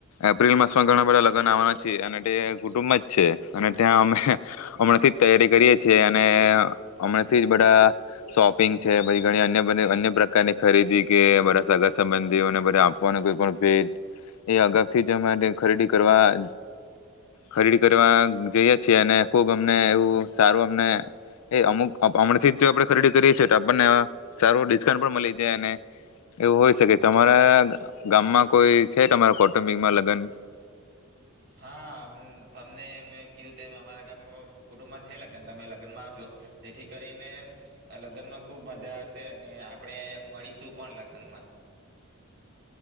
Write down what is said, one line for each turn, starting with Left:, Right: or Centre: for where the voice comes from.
Left: એપ્રિલ માસમાં ઘણા બધા લગ્ન આવવાના છે, અને તે કુટુંબ જ છે, અને ત્યાં અમે હમણાંથી જ તૈયારી કરીએ છીએ, અને હમણાંથી જ બધા શોપિંગ છે, પહી ઘણી અન્ય બ અન્ય પ્રકારની ખરીદી કે બધા સગા સંબંધીઓને બધા આપ વાનો કોઈ પણ ભેટ, એ અગાઉથી જ અમે ખરીદી કરવા ખરીદી કરવા જઈએ છીએ, અને ખુબ અમને એવું સારું અમને એ અમુક હમણેથી જ જો આપણે ખરીદી કરીએ છે, તો આપણને સારું ડિસ્કાઉન્ટ પણ મલી જાય અને એવું હોય શકે. તમારા ગામમાં કોઈ છે તમારા કૌટુંબિકમાં લગન?
Right: હા. તમને મેં કીધું તેમ અમારા ગામ કુટુંબમાં છે લગન, તમે લગનમાં આવજો. જેથી કરીને લગનમાં ખુબ મજા આવશે, અને આપડે મળીશું પણ લગનમાં.